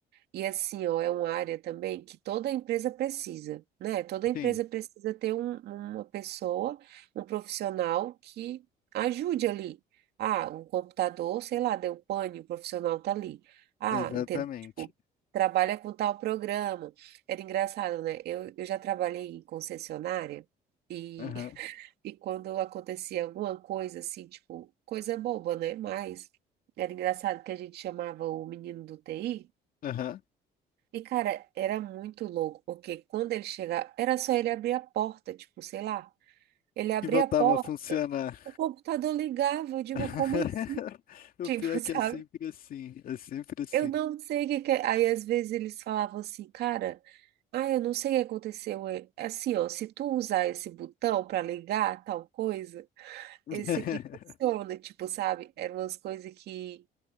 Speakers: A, on the right (about 70°); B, on the left (about 55°).
A: E assim, ó, é uma área também que toda empresa precisa, né? Toda empresa
B: Sim,
A: precisa ter um- uma pessoa, um profissional que ajude ali. Ah, um computador, sei lá, deu pane, o profissional tá ali. Ah,
B: exatamente.
A: entendeu? Tipo, trabalha com tal programa. Era engraçado, né? Eu, eu já trabalhei em concessionária e,
B: Aham,
A: <laughs> e quando acontecia alguma coisa assim, tipo, coisa boba, né? Mas era engraçado que a gente chamava o menino do TI.
B: aham.
A: E, cara, era muito louco, porque quando ele chegava, era só ele abrir a porta, tipo, sei lá. Ele abria
B: Que voltava
A: a porta,
B: a funcionar.
A: o computador ligava. Eu digo,
B: <laughs>
A: como assim? <laughs>
B: O
A: Tipo,
B: pior é
A: sabe?
B: que é sempre assim, é sempre assim.
A: Eu não sei o que que é. Aí, às vezes, eles falavam assim, cara, ah, eu não sei o que aconteceu. É é Assim, ó, se tu usar esse botão para ligar tal coisa,
B: <laughs>
A: esse aqui funciona, tipo, sabe? Eram umas coisas que,